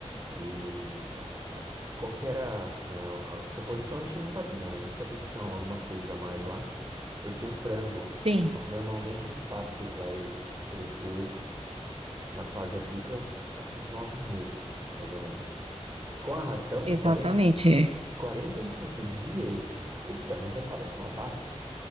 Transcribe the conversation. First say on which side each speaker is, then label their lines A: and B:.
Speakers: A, on the right; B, on the right.
A: E qual que era, né, a, a composição a gente não sabia, né? A gente sabia que tinha algumas coisas a mais lá. Porque o frango,
B: sim,
A: norma- normalmente a gente sabe que ele vai crescer na fase adulta a- nos nove meses, mais ou menos. Com a ração,
B: exatamente.
A: 40,
B: É,
A: 45 dias, o frango já estava para abate,